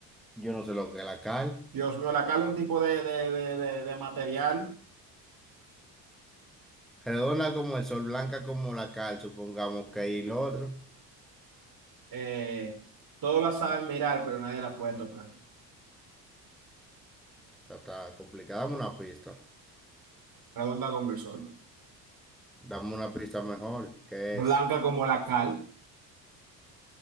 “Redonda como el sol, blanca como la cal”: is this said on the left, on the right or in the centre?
Centre